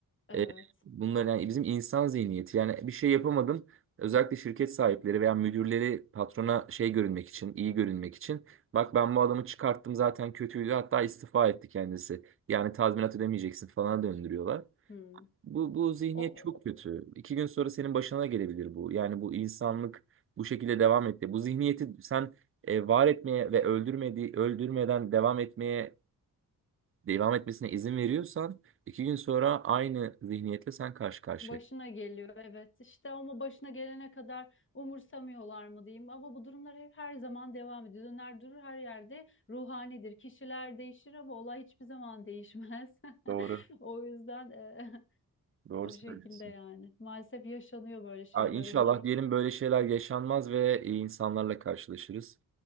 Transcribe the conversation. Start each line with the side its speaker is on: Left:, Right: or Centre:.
Left: Evet.
Right: e, bunlar yani bizim insan zihniyeti yani bir şey yapamadın özellikle şirket sahipleri veya müdürleri patrona şey görünmek için iyi görünmek için bak ben bu adamı çıkarttım zaten kötüydü hatta istifa etti kendisi yani tazminat ödemeyeceksin falan döndürüyorlar.
Left: Hmm.
Right: Bu, bu zihniyet
Left: O o-
Right: çok kötü. İki gün sonra senin başına gelebilir bu. Yani bu insanlık bu şekilde devam etti. Bu zihniyeti sen e, var etmeye ve öldürmedi, öldürmeden devam etmeye devam etmesine izin veriyorsan iki gün sonra aynı zihniyetle sen karşı karşıya.
Left: başına geliyor evet işte ama başına gelene kadar umursamıyorlar mı diyeyim ama bu durumlar hep her zaman devam ediyor. Döner durur her yerde ruhanidir. Kişiler değişir ama olay hiçbir zaman değişmez.
Right: Doğru.
Left: <laughs> O yüzden e,
Right: Doğru
Left: O
Right: söylüyorsun.
Left: şekilde yani. Maalesef yaşanıyor böyle şeyler.
Right: Aa, İnşallah
Left: Umarım.
Right: diyelim böyle şeyler yaşanmaz ve iyi insanlarla karşılaşırız.